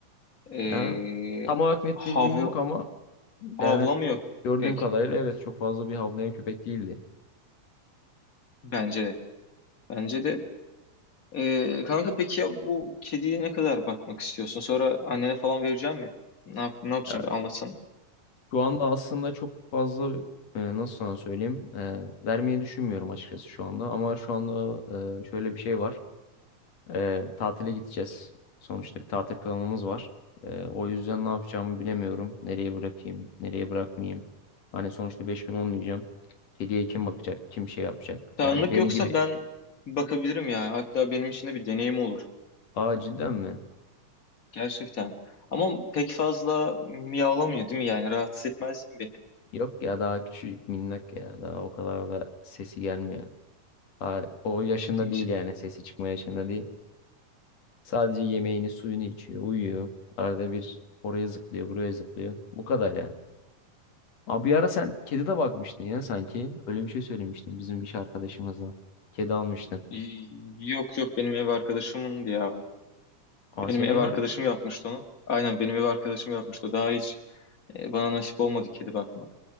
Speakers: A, on the left; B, on the left.
A: Ee,
B: Yani tam olarak net
A: havl
B: bilgim yok ama
A: havlamıyor
B: yani gördüğüm
A: pek
B: kadarıyla evet çok fazla bir havlayan köpek değildi.
A: bence de. Bence de. Ee, kanka peki ya bu kediye ne kadar bakmak istiyorsun? Sonra annene falan vereceğim mi? Ne yap ne yapacağım
B: Yani
A: bir anlatsana.
B: şu anda aslında çok fazla e, nasıl sana söyleyeyim e, vermeyi düşünmüyorum açıkçası şu anda ama şu anda e, şöyle bir şey var. E, tatile gideceğiz. Sonuçta bir tatil planımız var. E, o yüzden ne yapacağımı bilemiyorum. Nereye bırakayım, nereye bırakmayayım. Hani sonuçta 5 gün olmayacağım. Kediye kim bakacak, kim şey yapacak.
A: Tanrılık
B: Yani beni
A: yoksa
B: gibi.
A: ben bakabilirim ya. Hatta benim için de bir deneyim olur.
B: Aa cidden mi?
A: Gerçekten. Ama pek fazla miyavlamıyor değil mi yani? Rahatsız etmez mi beni?
B: Yok ya daha küçücük minnak ya. Daha o kadar da sesi gelmiyor. Daha o yaşında
A: Ciddi misin?
B: değil yani sesi çıkma yaşında değil. Sadece yemeğini suyunu içiyor, uyuyor. Arada bir oraya zıplıyor, buraya zıplıyor. Bu kadar yani. Abi bir ara sen kedi de bakmıştın ya sanki. Öyle bir şey söylemiştin bizim iş arkadaşımızla. Kedi almıştın.
A: Y- Yok yok benim ev arkadaşımındı ya.
B: Ama
A: Benim
B: seni
A: ev arkadaşım
B: var.
A: yapmıştı onu. Aynen benim ev arkadaşım yapmıştı. Daha iyi E, bana nasip olmadı kedi bakmak.